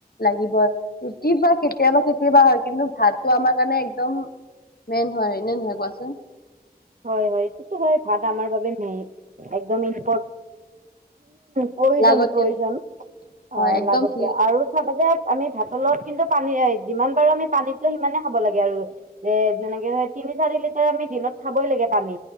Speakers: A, on the left; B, on the right.
A: লাগিবই। ৰুটি বা কেতিয়াবা কেতিয়াবা হয় কিন্তু ভাতো আমাক মানে একদম মেইন হয় নে নহয় কোৱাচোন?
B: হয় হয় সেইটোটো হয় ভাত আমাৰ বাবে মেইন একদম ইম্পৰ প্ৰয়োজন
A: লাগতিয়াল
B: প্ৰয়োজন
A: হয়
B: অ
A: একদম
B: লাগতে
A: ঠিক
B: আৰু চাব যে আমি ভাতৰ গলত কিন্তু পানী যিমান পাৰো আমি পানীটো সিমানে খাব লাগে আৰু। যে তেনেকে ধৰ তিনি চাৰি লিটাৰ আমি দিনত খাবই লাগে পানী,